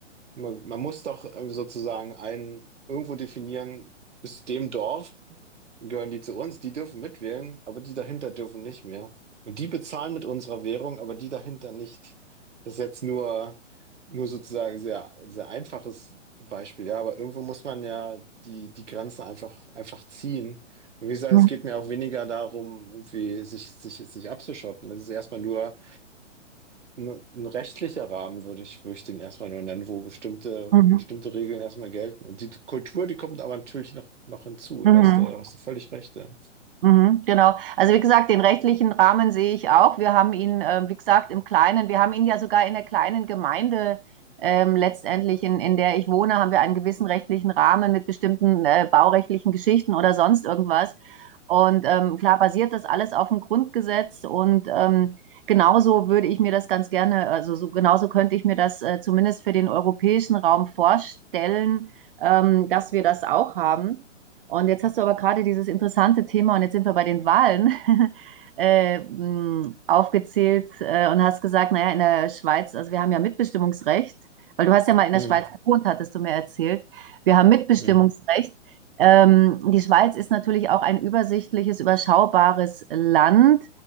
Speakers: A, on the right (about 70°); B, on the right (about 45°).
A: Man, man muss doch äh, sozusagen ein, irgendwo definieren, bis zu dem Dorf gehören die zu uns, die dürfen mitwählen, aber die dahinter dürfen nicht mehr. Und die bezahlen mit unserer Währung, aber die dahinter nicht. Das ist jetzt nur, nur sozusagen sehr, sehr einfaches Beispiel, ja, aber irgendwo muss man ja die, die Grenzen einfach, einfach ziehen. Und wie gesagt,
B: Mhm.
A: es geht mir auch weniger darum, irgendwie sich, sich, sich abzuschotten. Das ist erstmal nur, ein ein rechtlicher Rahmen würde ich, würde ich den erstmal nur nennen, wo bestimmte,
B: Mhm.
A: bestimmte Regeln erstmal gelten. Und die Kultur, die kommt aber natürlich noch, noch hinzu.
B: Mhm.
A: Da hast du, hast du völlig recht. Ja.
B: Mhm, genau. Also wie gesagt, den rechtlichen Rahmen sehe ich auch. Wir haben ihn, äh, wie gesagt, im Kleinen, wir haben ihn ja sogar in der kleinen Gemeinde ähm, letztendlich, in, in der ich wohne, haben wir einen gewissen rechtlichen Rahmen mit bestimmten äh, baurechtlichen Geschichten oder sonst irgendwas. Und ähm, klar basiert das alles auf dem Grundgesetz und ähm, genauso würde ich mir das ganz gerne, also so, genauso könnte ich mir das äh, zumindest für den europäischen Raum vorstellen, ähm, dass wir das auch haben. Und jetzt hast du aber gerade dieses interessante Thema, und jetzt sind wir bei den Wahlen, <laughs> äh, hm, aufgezählt äh, und hast gesagt, naja, in der Schweiz, also wir haben ja Mitbestimmungsrecht, weil du hast ja mal in der
A: Mhm.
B: Schweiz gewohnt, hattest du mir erzählt. Wir haben Mitbestimmungsrecht.
A: Mhm.
B: Ähm, die Schweiz ist natürlich auch ein übersichtliches, überschaubares Land.